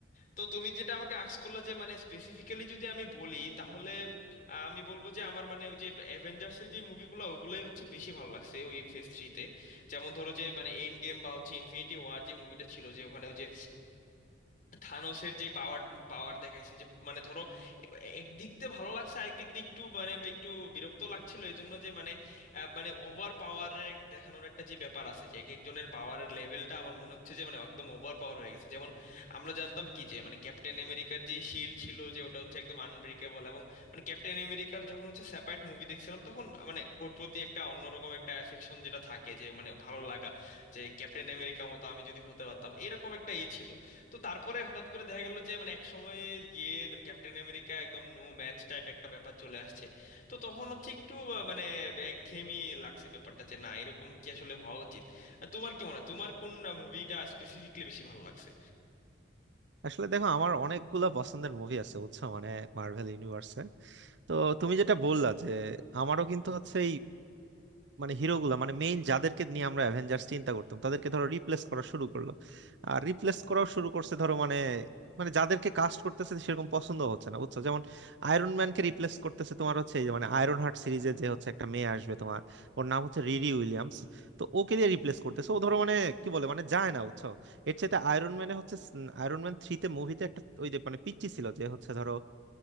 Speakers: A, on the left; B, on the right.
A: তো তুমি যেটা আমাকে আক্স করলা যে মানে স্পেসিফিক্যালি যদি আমি বলি তাহলে আহ, আমি বলবো যে আমার মানে ওই যে অ্যাভেঞ্জার্সের যে মুভিগুলো ওগুলোই হচ্ছে বেশি ভালো লাগছে ওই ফেজ থ্রিতে যেমন ধরো যে মানে এন্ড গেম বা হচ্ছে ইনফিনিটি ওয়ার যে মুভিটা ছিল যে ওখানে ওই যে থানোসের যে পাওয়ার পাওয়ার দেখাইছে যে মানে ধরো এ- একদিক দিয়ে ভালো লাগছে আরেক দিক দিয়ে একটু মানে একটু বিরক্ত লাগছিল এই জন্য যে মানে আহ, মানে ওভার পাওয়ারের এক দেখানোর একটা যে ব্যাপার আছে যে এক একজনের পাওয়ারের লেভেলটা আমার মনে হচ্ছে যে মানে একদম ওভার পাওয়ার হয়ে গেছে যেমন আমরা জানতাম কি যে মানে ক্যাপ্টেন আমেরিকার যে শিল্ড ছিল যে ওটা হচ্ছে একদম আনব্রেকেবল এবং মানে ক্যাপ্টেন আমেরিকার যখন হচ্ছে সেপারেট মুভি দেখছিলাম তখন মানে ওর প্রতি একটা অন্যরকম একটা অ্যাফেকশন যেটা থাকে যে মানে ভালো লাগা যে ক্যাপ্টেন আমেরিকা মতো আমি যদি হতে পারতাম এরকম একটা ই ছিল তো তারপরে হঠাৎ করে দেখা গেল যে মানে এক সময় গিয়ে মানে ক্যাপ্টেন আমেরিকা একদম নো ম্যাচ টাইপ একটা ব্যাপার চলে আসছে তো তখন হচ্ছে একটু আহ, মানে একঘেয়েমি লাগছে ব্যাপারটা যে না এরকম কি আসলে হওয়া উচিত আর তোমার কি মনে হয় তোমার কোন মুভিটা স্পেসিফিকলি বেশি ভালো লাগছে
B: আসলে দেখো আমার অনেকগুলা পছন্দের মুভি আছে বুঝছো মানে মার্ভেল ইউনিভার্সে তো তুমি যেটা বললা যে আমারও কিন্তু হচ্ছে মানে হিরোগুলা মানে মেইন যাদেরকে নিয়ে আমরা অ্যাভেঞ্জার্স চিন্তা করতাম তাদেরকে ধরো রিপ্লেস করা শুরু করলো আর রিপ্লেস করাও শুরু করছে ধরো মানে মানে যাদেরকে কাস্ট করতেছে সেরকম পছন্দ হচ্ছে না বুঝছো যেমন আয়রন ম্যানকে রিপ্লেস করতেছে তোমার হচ্ছে এই যে মানে আয়রন হার্ট সিরিজে যে হচ্ছে একটা মেয়ে আসবে তোমার ওর নাম হচ্ছে রিরি উইলিয়ামস তো ওকে দিয়ে রিপ্লেস করতেছে ও ধরো মানে কি বলে মানে যায় না বুঝছো এর চাইতে আয়রন ম্যানে হচ্ছে আয়রন ম্যান থ্রিতে মুভিতে একটা ওই যে মানে পিচ্চি ছিল যে হচ্ছে ধরো